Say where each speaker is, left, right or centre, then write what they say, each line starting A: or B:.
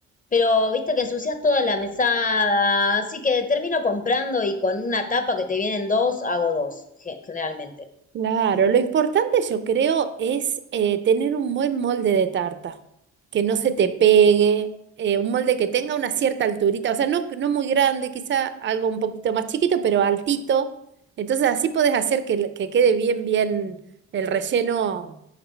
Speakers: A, on the left (about 25°); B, on the right (about 40°).
A: pero viste que ensucias toda la mesada, así que termino comprando y con una tapa que te vienen dos, hago dos, ge- generalmente.
B: Claro, lo importante yo creo es eh, tener un buen molde de tarta, que no se te pegue, eh, un molde que tenga una cierta alturita, o sea, no, no muy grande, quizá algo un poquito más chiquito, pero altito. Entonces así podés hacer que, le- que quede bien, bien el relleno